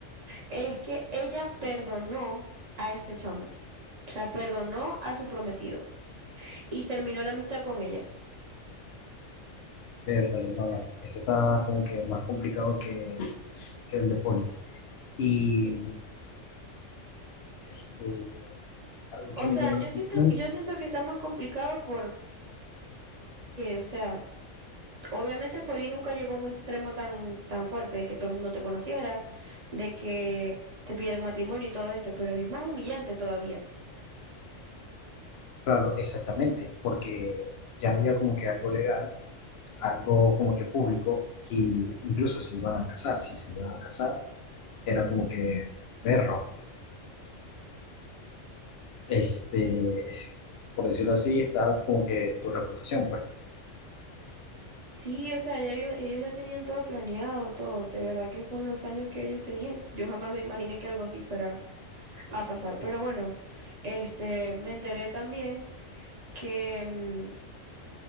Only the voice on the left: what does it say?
Vértale, no, no. Este está como que más complicado que, que el de Foley. Y este, algo
que me
llama
la atención,
claro, exactamente, porque ya había como que algo legal algo como que público, y incluso se iban a casar, si se iban a casar, era como que perro, este, es- por decirlo así, está como que tu reputación, pues.